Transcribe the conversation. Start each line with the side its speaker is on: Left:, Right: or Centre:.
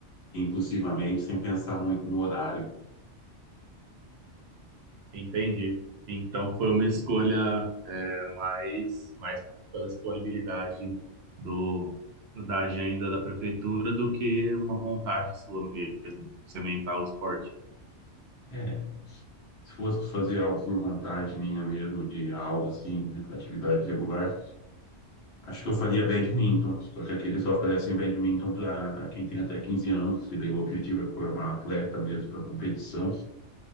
Left: impulsivamente, sem pensar muito no horário.
Right: Entendi. Então foi uma escolha é, mais, mais pela disponibilidade do, da agenda da prefeitura do que uma vontade sua mesmo, de sementar o esporte.
Left: É, se fosse fazer algo por vontade minha mesmo, de aula, assim, de atividade regular, Acho que eu faria badminton, só que aqui eles só oferecem badminton para quem tem até 15 anos, que daí o objetivo é formar atleta mesmo para competição,